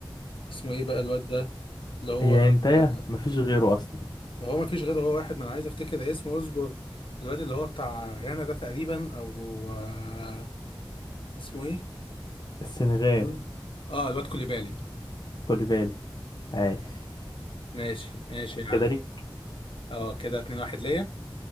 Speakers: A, on the left (about 75°); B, on the left (about 55°).
A: اسمه ايه بقى الواد ده اللي هو
B: هي هنتايا
A: آه،
B: مفيش غيره أصلا
A: ما هو ما فيش غيره هو واحد ما انا عايز افتكر اسمه اصبر الواد اللي هو بتاع غانا ده تقريبا او آه، اسمه ايه
B: السنغال
A: تمام؟ اه الواد كوليبالي
B: كوليبالي عايش
A: ماشي ماشي يا
B: كده
A: عم
B: ليك
A: اه كده اتنين واحد ليا